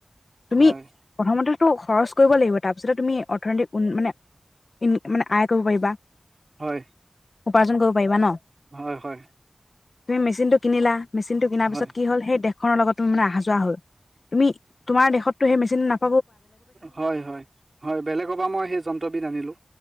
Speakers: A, on the left (about 70°); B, on the right (about 55°).
A: তুমি
B: হয়,
A: প্ৰথমতেতো খৰচ কৰিব লাগিব তাৰপিছত তুমি অৰ্থনৈতিক উন মানে ইন মানে আয় কৰিব পাৰিব
B: হয়
A: উপাৰ্জন কৰিব পাৰিবা ন
B: হয় হয়
A: তুমি মেচিনটো কিনিলা মেচিনটো কিনাৰ
B: হয়,
A: পিছত কি হ'লে সৈই দেখ খনৰ লগত মানে অহা যোৱা হ'ল তুমি তোমাৰ দেশতো সেই মেচিন ন
B: হয় হয় হয় বেলেগৰ পৰা মই সেই যন্ত্ৰবিধ আনিলো